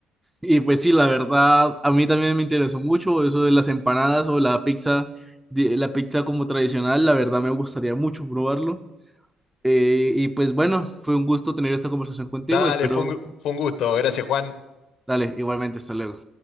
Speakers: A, in the centre; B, on the left.
A: Y pues sí, la verdad, a mí también me interesó mucho eso de las empanadas o la pizza, de- la pizza como tradicional, la verdad me gustaría mucho probarlo. Eh, y pues bueno, fue un gusto tener esta conversación contigo.
B: Dale,
A: Espero,
B: fue un, gu- fue un gusto. Gracias, Juan.
A: dale, igualmente, hasta luego.